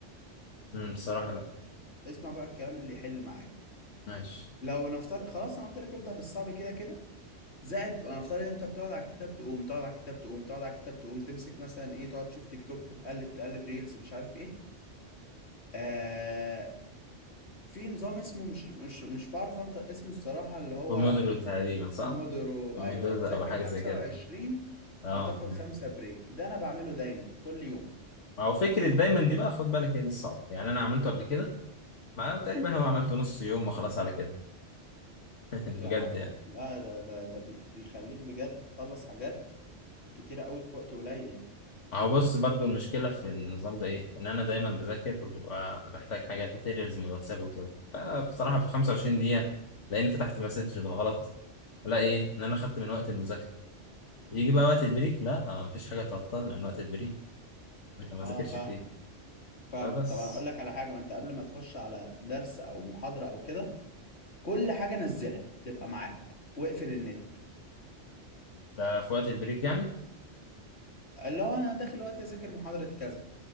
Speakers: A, on the left; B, on the left.
A: أمم، بصراحة لا
B: اسمع بقى الكلام اللي يحل معاك
A: ماشي
B: لو نفترض خلاص انا قلت لك ابدأ بالصعب كده كده زائد انا افترض ان انت بتقعد على الكتاب تقوم تقعد على الكتاب تقوم تقعد على الكتاب تقوم تمسك مثلا ايه تقعد تشوف تيك توك تقلب تقلب ريلز مش عارف ايه آه في نظام اسمه مش مش مش بعرف انطق اسمه الصراحة اللي هو
A: بمودرز تقريبا صح؟
B: بومودورو ايوه
A: بمودرز
B: تذاكر
A: او حاجه
B: 25
A: زي كده اه
B: وتاخد خمسة بريك ده انا بعمله دايما كل يوم
A: ما هو فكره دايما دي بقى خد بالك هي دي الصعبه يعني انا عملته قبل كده ما تقريبا هو عملته نص يوم وخلاص على كده <laughs>
B: يا
A: بجد
B: نهار
A: يعني
B: ابيض لا ده ده ده بي- بيخليك بجد تخلص حاجات كتيرة قوي في وقت قليل يعني
A: هو بص برضو المشكله في النظام ده ايه ان انا دايما بذاكر وبيبقى محتاج حاجات ماتيريالز من الواتساب وكده فبصراحه في 25 دقيقه لاني فتحت مسج بالغلط لا ايه ان انا خدت من وقت المذاكره يجي بقى وقت البريك لا آه، مفيش حاجه تعطلني عن وقت البريك لكن ما
B: اه
A: ذاكرش
B: فاهمك
A: فيه
B: فاهمك
A: فبس
B: طبعا اقول لك على حاجة ما انت قبل ما تخش على درس او محاضرة او كده كل حاجة نزلها تبقى معاك واقفل النت
A: ده في وقت البريك يعني
B: اللي هو انا داخل وقت اذاكر محاضرة كذا